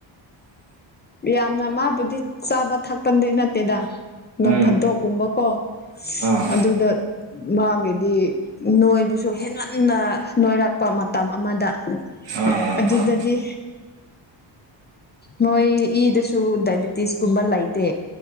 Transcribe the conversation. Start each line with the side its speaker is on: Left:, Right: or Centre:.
Left: ꯌꯥꯝꯅ ꯃꯥꯕꯨꯗꯤ ꯆꯥꯕ ꯊꯛꯄꯗꯤ ꯅꯠꯇꯦꯗ
Right: ꯎꯝ
Left: ꯅꯣꯡ ꯐꯥꯗꯣꯛꯒꯨꯝꯕꯀꯣ
Right: ꯑꯥ
Left: ꯑꯗꯨꯗ ꯃꯥꯒꯤꯗꯤ ꯅꯣꯏꯕꯨꯁꯨ ꯍꯦꯟꯃꯟꯅ ꯅꯣꯏꯔꯛꯄ ꯃꯇꯝ ꯑꯃꯗ
Right: ꯑꯥ ꯑꯥ
Left: ꯑꯗꯨꯗꯗꯤ
Right: ꯑꯥ
Left: ꯃꯣꯏ ꯏꯗꯁꯨ ꯗꯥꯏꯕꯤꯇꯤꯁ ꯀꯨꯝꯕ ꯂꯩꯇꯦ